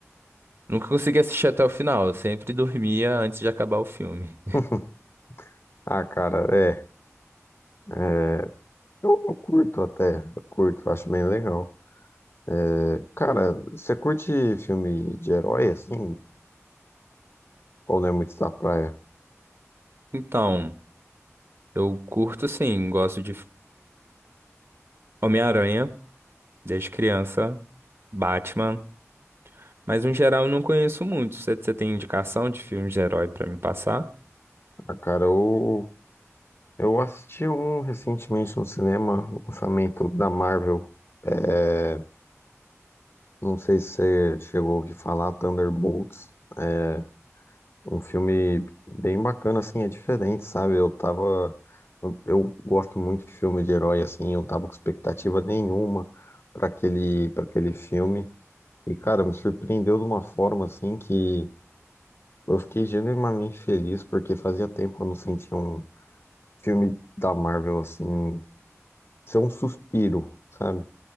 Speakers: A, on the right; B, on the left.
A: nunca consegui assistir até o final. Eu sempre dormia antes de acabar o filme.
B: <laughs> Ah, cara, é. é, eu, eu curto até, eu curto, acho bem legal. É, cara, você curte filme de herói assim? Ou não é muito da praia?
A: Então, eu curto sim, gosto de, Homem-Aranha, desde criança, Batman, mas no geral eu não conheço muito. Você você tem indicação de filmes de herói pra me passar?
B: Ah, cara, eu, eu assisti um recentemente no cinema, o lançamento da Marvel. É, não sei se você chegou a ouvir falar, Thunderbolts. É um filme bem bacana, assim, é diferente, sabe? Eu tava. Eu gosto muito de filme de herói, assim, eu tava com expectativa nenhuma para aquele, para aquele filme. E, cara, me surpreendeu de uma forma, assim, que eu fiquei genuinamente feliz, porque fazia tempo que eu não sentia um filme da Marvel, assim. ser um suspiro, sabe?